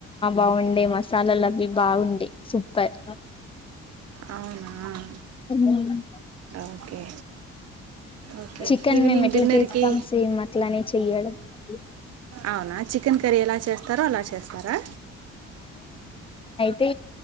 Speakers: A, on the left; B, on the right.
A: వుడే మసాలాలు అవి బాగుండే సూపర్
B: అవునా
A: హ్మ్
B: ఓకే ఓకే
A: చికెన్
B: ఈవినింగ్
A: మేమ్ ఎట్లా
B: డిన్నర్కి
A: చేస్తాం సేమ్ అట్లానే చెయ మేడం <unintelligible>
B: అవునా చికెన్ కర్రీ ఎలా చేస్తారో అలా చేస్తారా
A: తి